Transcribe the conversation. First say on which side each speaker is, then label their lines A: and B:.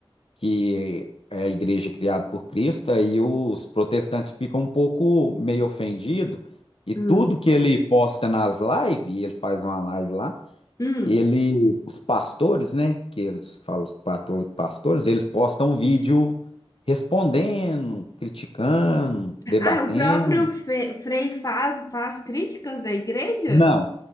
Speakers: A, on the left (about 70°); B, on the left (about 35°).
A: que é a igreja criada por Cristo, aí os protestantes ficam um pouco meio ofendidos, e
B: hum,
A: tudo que ele posta nas lives, ele faz uma live lá,
B: hum.
A: ele, os pastores, né, que eles falam os pato- pastores, eles postam um vídeo respondendo, criticando, debatendo.
B: Ah, o próprio Fe- Frei faz, faz críticas à igreja?
A: Não,